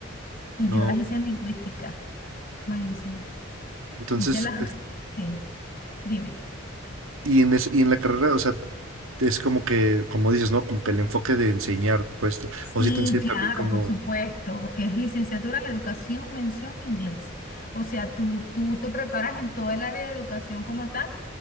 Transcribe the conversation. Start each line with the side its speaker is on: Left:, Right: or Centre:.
Left: Y
Right: No.
Left: yo las hice en lingüística. Buenísimo.
Right: Entonces,
Left: Hice las...
Right: es-
Left: Sí, dime.
Right: y en, es- y en la carrera, o sea, es como que, como dices, ¿no? Como que el enfoque de enseñar, pues,
Left: Sí,
Right: o si te enseñan
Left: claro,
Right: también como,
Left: por supuesto, porque es licenciatura en educación, mención inglés. O sea, tú, tú te preparas en todo el área de educación como tal